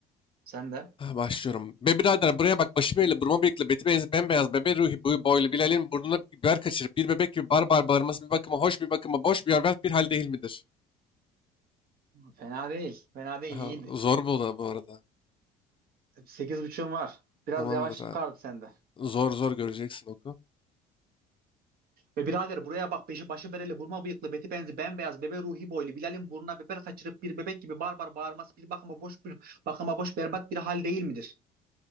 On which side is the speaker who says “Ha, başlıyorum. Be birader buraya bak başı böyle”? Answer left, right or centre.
Left